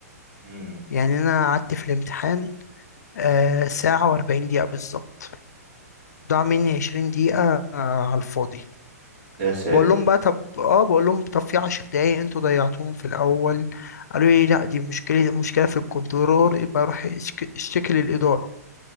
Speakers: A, on the right; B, on the left.
A: امم
B: يعني انا قعدت في الامتحان آه، ساعة و40 دقيقة بالظبط ضاع مني 20 دقيقة آه، على الفاضي
A: يا ساتر
B: بقول لهم بقى طب اه بقول لهم طب في عشر دقايق انتوا ضيعتوهم في الاول قالوا لي لا دي مشكله مشكله في الكنترولور يبقى روح اشك- اشتكي للاداره